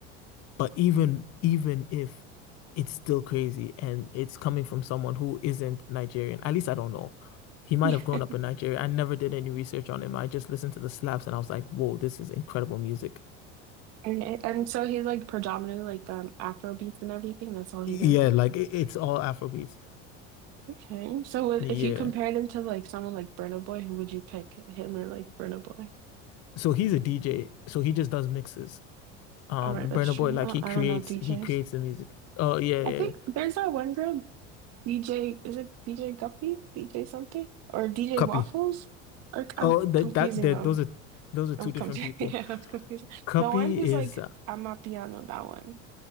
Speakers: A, on the left (about 45°); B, on the right (about 45°).
A: But even even if it's still crazy and it's coming from someone who isn't Nigerian, at least I don't know. He might
B: Yeah.
A: have grown up in Nigeria. I never did any research on him. I just listened to the slaps and I was like, whoa, this is incredible music.
B: Okay. And so he's like predominantly like um Afro beats and everything. That's all he
A: Yeah,
B: does.
A: like it- it's all Afrobeats.
B: Okay. So what-
A: Yeah.
B: if you compared him to like someone like Burna Boy, who would you pick? Him or like Burna Boy?
A: So he's a DJ. So he just does mixes. Um,
B: All right, that's
A: Burna
B: true.
A: Boy, like
B: I don't,
A: he creates
B: I don't know DJs.
A: he creates the music. Oh yeah,
B: I
A: yeah.
B: think
A: yeah.
B: there's that one girl, DJ, is it DJ Guppy? DJ something? Or DJ
A: Cuppy.
B: Waffles? Or I'm
A: Oh, that
B: confusing
A: that that
B: them.
A: those are those are two
B: I'm confusing.
A: different people.
B: <laughs> Yeah, I'm confusing.
A: Cuppy
B: The one who's
A: is
B: like,
A: uh,
B: I'm a piano, that one.